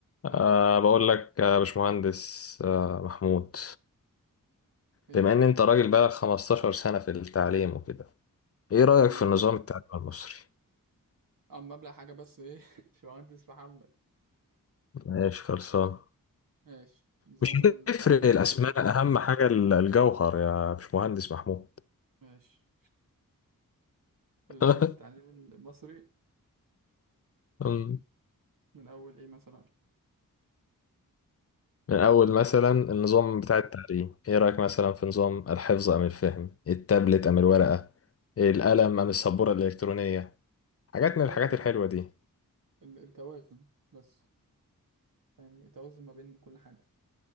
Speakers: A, on the right; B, on the left.
A: ايه
B: أه بقول لك يا باشمهندس أه محمود
A: ايه
B: بما
A: يا معلم
B: ان انت راجل بقالك 15 سنة في التعليم وكده ايه رأيك
A: امم
B: في النظام التعليمي المصري
A: اما ابلع حاجه بس ايه <laughs> باشمهندس محمد
B: ماشي خلصان
A: ماشي نظام
B: مش
A: التعليم
B: هتفرق الاسماء اهم حاجة ال- الجوهر يا باشمهندس محمود
A: ماشي الايه
B: <laughs>
A: التعليم المصري
B: أمم.
A: من اول ايه مثلا
B: من اول مثلا
A: لا
B: النظام بتاع التعليم ايه رأيك مثلا في نظام الحفظ ام الفهم التابلت ام الورقة القلم ام السبورة الالكترونية حاجات
A: والله
B: من الحاجات
A: ال...
B: الحلوة دي
A: ال... التوازن بس فاهمني التوازن ما بين كل حاجه